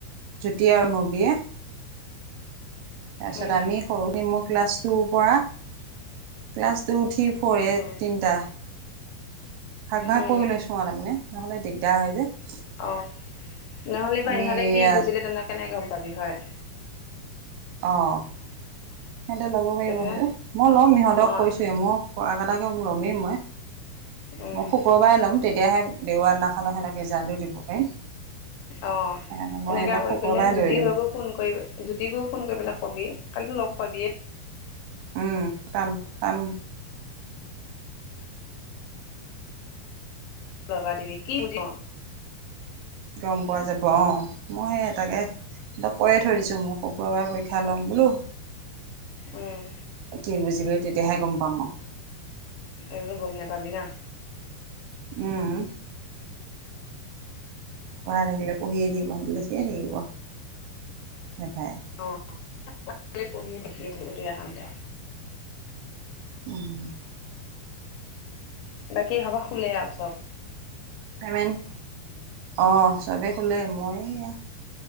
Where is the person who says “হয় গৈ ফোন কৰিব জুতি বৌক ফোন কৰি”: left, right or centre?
Left